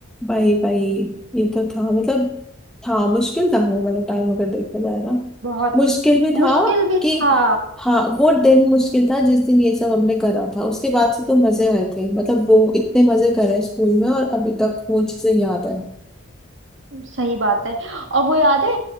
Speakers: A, in the centre; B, on the right.
A: भाई भाई ये तो था मतलब था मुश्किल था वो वाला टाइम अगर देखा जाए ना
B: बहुत
A: मुश्किल भी
B: मुश्किल
A: था
B: भी
A: कि
B: था
A: हाँ वो दिन मुश्किल था जिस दिन ये सब हमने करा था उसके बाद से तो मजे आए थे मतलब वो इतने मजे करे स्कूल में और अभी तक वो चीजें याद है
B: सही बात है और वो याद है